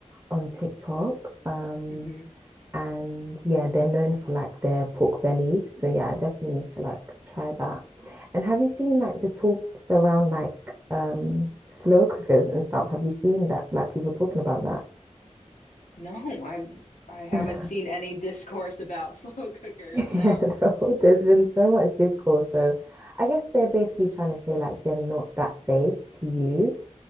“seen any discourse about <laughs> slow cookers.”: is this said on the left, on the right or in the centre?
Left